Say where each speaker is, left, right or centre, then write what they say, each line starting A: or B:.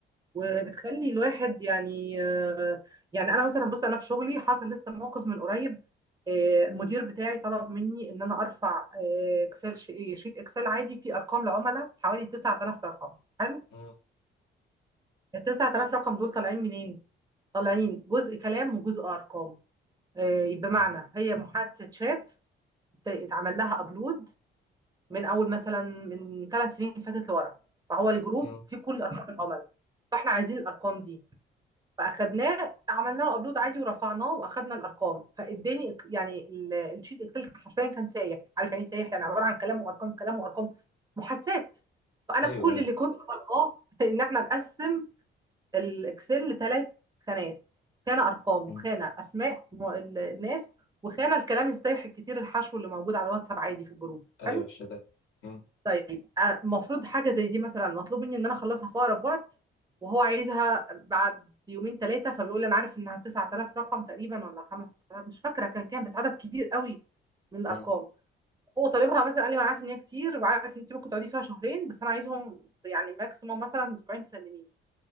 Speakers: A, on the right; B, on the left.
A: وبتخلي الواحد يعني آه، يعني انا مثلا بص انا في شغلي حصل لسه موقف من قريب آه، المدير بتاعي طلب مني ان انا ارفع آه، اكسل ش- إيه، شيت اكسل عادي فيه ارقام لعملاء حوالي 9000 رقم حلو
B: مم.
A: ال 9000 رقم دول طالعين منين طالعين جزء كلام وجزء ارقام آه، بمعنى
B: مم.
A: هي محادثه شات ات- اتعمل لها ابلود من اول مثلا من ثلاث سنين فاتت لورا فهو الجروب
B: مم.
A: فيه كل ارقام العملاء فاحنا عايزين الارقام دي فاخدناه عملنا له ابلود عادي ورفعناه واخدنا الارقام فاداني إك- يعني ال- الشيت اكسل حرفيا كان سايح عارف يعني ايه سايح يعني عباره عن كلام وارقام كلام وارقام محادثات فانا
B: ايوه
A: كل
B: ايوه
A: اللي كنت طالباه <laughs> ان احنا نقسم الاكسل لثلاث خانات خانه ارقام
B: مم.
A: وخانه اسماء م- ال- الناس وخانه الكلام السايح الكتير الحشو اللي موجود على الواتساب عادي في الجروب
B: ايوه
A: حلو
B: الشتات مم.
A: طيب المفروض حاجة زي دي مثلا مطلوب مني ان انا اخلصها في اقرب وقت وهو عايزها بعد يومين ثلاثة فبيقول انا عارف انها 9000 رقم تقريبا ولا 5000 مش فاكرة كان كام بس عدد كبير قوي من الارقام
B: مم.
A: هو طالبها مثلا قال لي ما انا عارف ان هي كتير وعارف ان انت ممكن تقعدي فيها شهرين بس انا عايزهم يعني ماكسيموم مثلا اسبوعين تسلميه